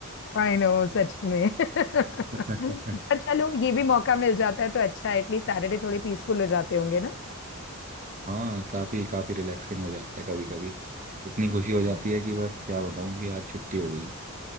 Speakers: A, on the left; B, on the right.
A: आई नो सच में <laughs> पर
B: <laughs>
A: चलो ये भी मौका मिल जाता है तो अच्छा एटलीस्ट सैटरडे थोड़े पीसफुल हो जाते होंगे ना
B: हाँ काफी काफी रिलैक्सिंग हो जाता है कभी कभी इतनी खुशी हो जाती
A: हाँ।
B: है कि बस क्या बताऊं कि आज छुट्टी हो गई